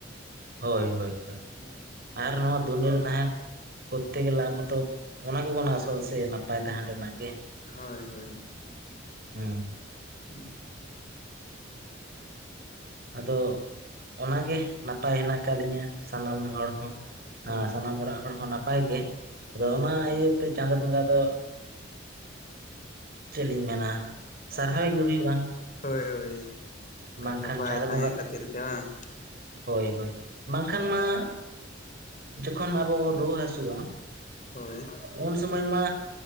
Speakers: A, on the right; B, on the left.
A: ᱦᱳᱭ ᱦᱳᱭ ᱦᱳᱭ
B: ᱦᱮᱸ
A: ᱟᱨ ᱱᱚᱶᱟ ᱫᱩᱱᱤᱭᱟᱹ ᱨᱮ ᱛᱟᱦᱮᱸ ᱠᱚᱨᱛᱮ ᱜᱮᱞᱮ ᱟᱵᱚᱛᱚ ᱚᱱᱟ ᱜᱮᱵᱚᱱ ᱟᱥᱚᱜᱼᱟ ᱥᱮ ᱱᱟᱯᱟᱭ ᱛᱟᱦᱮᱱ ᱨᱮᱱᱟᱜ ᱜᱮ
B: ᱦᱳᱭ ᱦᱳᱭ
A: ᱦᱮᱸ
B: ᱦᱩᱸ
A: ᱟᱫᱚ ᱚᱱᱟᱜᱮ ᱱᱟᱯᱟᱭ ᱦᱮᱱᱟᱜ ᱟᱠᱟᱫ ᱞᱤᱧᱟᱹ ᱥᱟᱱᱟᱢ ᱦᱚᱲ ᱦᱚᱸ
B: ᱦᱳᱭ
A: ᱟᱨ ᱥᱟᱱᱟᱢ ᱚᱲᱟᱜ ᱦᱚᱲ ᱦᱚᱸ ᱱᱟᱯᱟᱭ ᱜᱮ ᱟᱫᱚ
B: ᱦᱳᱭ
A: ᱚᱱᱟ ᱤᱭᱟᱹᱛᱮ ᱪᱟᱸᱫᱳ ᱵᱚᱸᱜᱟ ᱫᱚ ᱪᱮᱫ ᱞᱤᱧ ᱢᱮᱱᱟ ᱥᱟᱨᱦᱟᱣ ᱜᱮ ᱦᱩᱭᱩᱜᱼᱟ
B: ᱦᱳᱭ ᱦᱳᱭ ᱠᱟᱱᱟ
A: ᱵᱟᱝᱠᱷᱟᱱ
B: ᱱᱟᱯᱟᱭ
A: ᱪᱟᱸᱫᱳ
B: ᱛᱟᱦᱮᱸ
A: ᱵᱚᱸᱜᱟ
B: ᱠᱷᱟᱹᱛᱤᱨ ᱛᱮ ᱵᱟᱝ
A: ᱦᱳᱭ ᱦᱳᱭ ᱵᱟᱝᱠᱷᱟᱱ ᱢᱟ ᱡᱚᱠᱷᱚᱱ ᱟᱵᱚ ᱵᱚᱱ ᱨᱩᱣᱟᱹ ᱦᱟᱹᱥᱩᱜᱼᱟ
B: ᱦᱳᱭ
A: ᱩᱱ ᱥᱚᱢᱟᱹᱭ ᱢᱟ